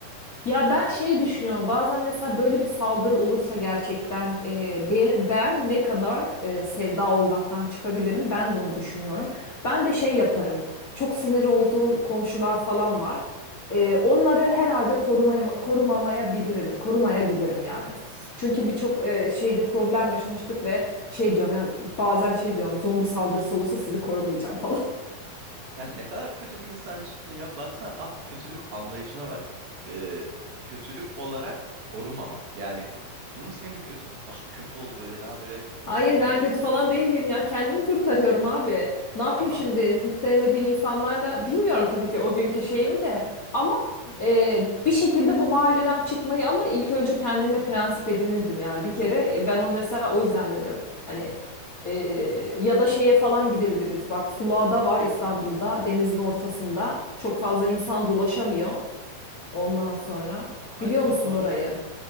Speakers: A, on the left (about 40°); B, on the right (about 70°).
A: Ya ben şey düşünüyorum bazen mesela böyle bir saldırı olursa gerçekten e, be- ben ne kadar e, sevda olmaktan çıkabilirim ben de onu düşünüyorum. Ben de şey yaparım çok sinir olduğum komşular falan var. E, onları herhalde korumaya, korumamayabilirim, korumayabilirim yani. Çünkü birçok e, şeyde problem yaşamıştık ve şey diyorum ya bazen şey diyorum zombi saldırısı olursa sizi korumayacağım falan.
B: Aa, Sen ne kadar kötü bir insan çıktın ya. Baksana ah kötülük anlayışına bak. Ee, kötülük olarak korumamak. Yani bu mu senin kötü daha kötü ol böyle daha böyle nasıl
A: Hayır
B: denir?
A: ben kötü falan değilim ya. Kendimi kurtarıyorum abi. Ne yapayım
B: Ama
A: şimdi hiç sevmediğim insanlarla? Bilmiyorum tabii ki o günkü şeyimi de. Ama e, bir şekilde bu mahalleden çıkmayı ama ilk önce kendime prensip edinirdim yani. Bir kere ben onu mesela o yüzden dedim. Hani e, ya da şeye falan gidebiliriz. Bak Sulağ'da var İstanbul'da denizin ortasında. Çok fazla insan dolaşamıyor. Ondan sonra
B: Harika
A: biliyor musun
B: bu arada.
A: orayı?